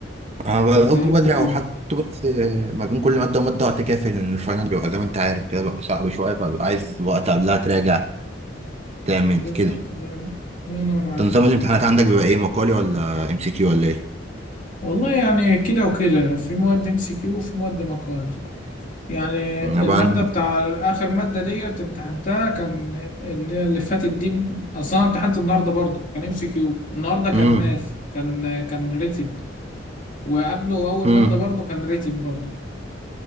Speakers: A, on the right; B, on the left.
A: انا بدأت
B: زيكم
A: بدري
B: كده
A: او حتى بس آه، ما بين كل مادة ومادة وقت كافي لان الفاينل بيبقى زي ما انت عارف كده بيبقى صعب شوية فببقى عايز وقت قبلها تراجع تعمل
B: بالظبط
A: كده
B: الله ينور الله ينور عليك
A: طب نظام الامتحانات عندك بيبقى ايه مقالي ولا ام سي كيو ولا ايه
B: والله يعني كده وكده في مواد ام سي كيو وفي مواد مقالي يعني
A: انا بقى
B: المادة
A: عندي
B: بتاع آخر مادة ديت امتحنتها كان اللي اللي فاتت دي أصلا امتحنت النهاردة برضه كان ام سي كيو النهاردة كان
A: امم
B: ماث كان كان ريتن وقبله أول
A: امم
B: مادة برضه كان ريتن برضه